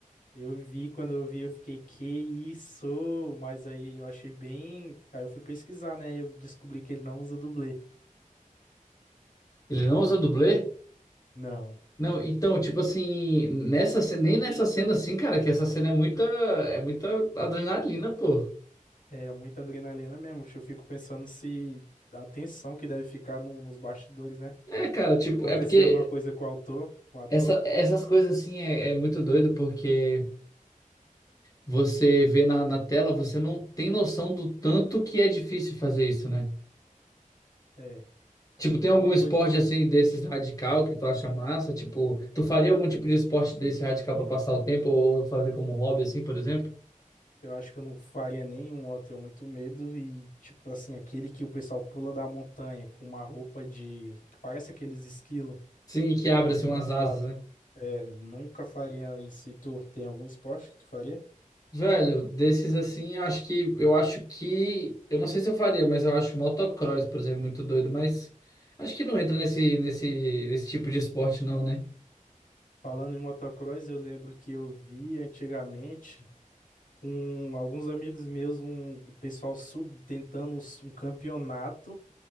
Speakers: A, on the left; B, on the left.
A: eu vi, quando eu vi, eu fiquei, que isso? Mas aí eu achei bem. Aí eu fui pesquisar, né? Eu descobri que ele não usa dublê.
B: Ele não usa dublê?
A: Não.
B: Não, então, tipo assim, nessa, ce- nem nessa cena, assim, cara, que essa cena é muita, é muita adrenalina, pô.
A: É muita adrenalina mesmo. Eu fico pensando se a tensão que deve ficar no- nos bastidores, né?
B: É, cara, tipo,
A: Acontecer
B: é porque
A: alguma coisa com o autor, com o ator.
B: essa, essas coisas, assim, é é muito doido, porque. você vê na, na tela, você não tem noção do tanto que é difícil fazer isso, né?
A: É.
B: Tipo, tem algum
A: Uma
B: esporte
A: coisa.
B: assim desses radical que tu acha massa? Tipo, tu faria algum tipo de esporte desse radical pra passar o tempo ou fazer como hobby assim, por exemplo?
A: Eu acho que eu não faria nenhum, eu tenho muito medo. E, tipo assim, aquele que o pessoal pula da montanha com uma roupa de. que parece aqueles esquilo
B: Sim, que abre assim
A: montado.
B: umas asas, né?
A: É, nunca faria isso. E tu tem algum esporte que tu faria?
B: Velho, desses assim, eu acho que eu acho que eu não sei se eu faria, mas eu acho motocross, por exemplo, muito doido, mas acho que não entra nesse nesse nesse tipo de esporte não, né?
A: Falando em motocross, eu lembro que eu vi antigamente com alguns amigos meus um o pessoal sub, tentando um s- um campeonato